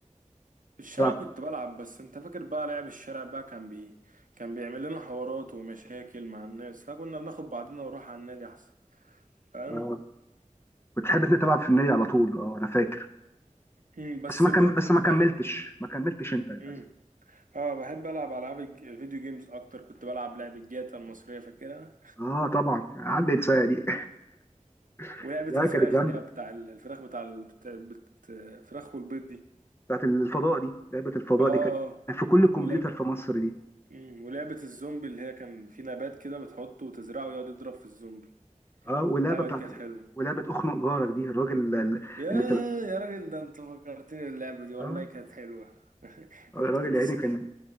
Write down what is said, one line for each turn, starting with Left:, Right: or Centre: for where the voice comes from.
Right: في الشارع
Left: بتلعب
Right: كنت بلعب بس انت فاكر بقى لعب الشارع بقى كان بي كان بيعمل لنا حوارات ومشاكل مع الناس فكنا بناخد بعضنا ونروح على النادي احسن فاهم
Left: آه، كنت تحب انت تلعب في النادي على طول اه انا فاكر
Right: مم، بس
Left: بس ما
Right: برضو
Left: كم... بس
Right: كنت
Left: ما كملتش
Right: بحب
Left: ما كملتش انت للاسف
Right: امم اه بحب العب العاب الج- فيديو جيمز اكتر كنت بلعب لعبة جاتا المصرية فاكرها
Left: اه طبعا عدى انسان دي <laughs>
Right: ولعبة
Left: لا
Right: الفراخ
Left: كانت جامده
Right: اللي هي بتاع ال- الفراخ بتاع ال- بت... بت... الفراخ والبيض دي
Left: بتاعت الفضاء دي لعبه الفضاء
Right: اه اه
Left: دي كانت
Right: آه،
Left: يعني في كل كمبيوتر
Right: ولعبة
Left: في مصر دي
Right: مم، ولعبة الزومبي اللي هي كان في نبات كده بتحطه وتزرعه ويقعد يضرب في الزومبي
Left: اه واللعبه
Right: اللعبة
Left: بتاعت
Right: دي كانت
Left: <laughs>
Right: حلوة
Left: ولعبه اخنق جارك دي الراجل اللي
Right: يا
Left: اللي بتلعب
Right: يا راجل ده انت فكرتني اللعبة دي والله
Left: اه
Right: كانت حلوة <laughs>
Left: آه،
Right: كنت
Left: الراجل
Right: كنت
Left: يا عيني
Right: س...
Left: كان